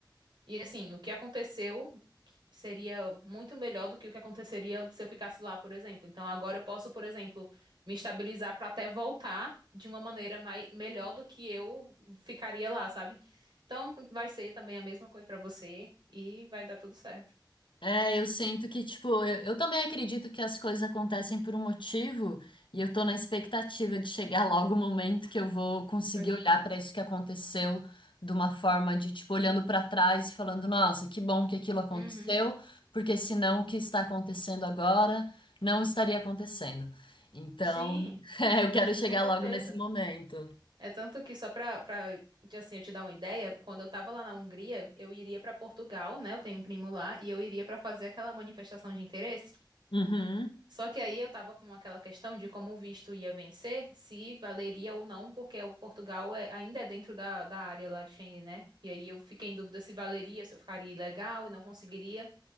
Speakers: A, on the right; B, on the left.
A: E assim, o que aconteceu seria muito melhor do que o que aconteceria se eu ficasse lá, por exemplo. Então agora eu posso, por exemplo, me estabilizar para até voltar de uma maneira mais, melhor do que eu ficaria lá, sabe? Então vai ser também a mesma coisa para você e vai dar tudo certo.
B: É, eu sinto que, tipo, eu, eu também acredito que as coisas acontecem por um motivo e eu tô na expectativa de chegar logo o momento que eu vou conseguir
A: Pois
B: olhar
A: é.
B: pra isso que aconteceu de uma forma de, tipo, olhando pra trás e falando, nossa, que bom que aquilo aconteceu,
A: Uhum.
B: porque senão o que está acontecendo agora não estaria acontecendo. Então,
A: Sim,
B: <laughs> é, eu quero
A: sim,
B: chegar
A: com certeza.
B: logo nesse momento.
A: É tanto que só pra, pra assim, eu te dar uma ideia, quando eu tava lá na Hungria, eu iria pra Portugal, né? Eu tenho um primo lá, e eu iria pra fazer aquela manifestação de interesse.
B: Uhum.
A: Só que aí eu tava com aquela questão de como o visto ia vencer, se valeria ou não, porque o Portugal é- ainda é dentro da, da área lá Schengen, né? E aí eu fiquei em dúvida se valeria, se eu ficaria ilegal e não conseguiria.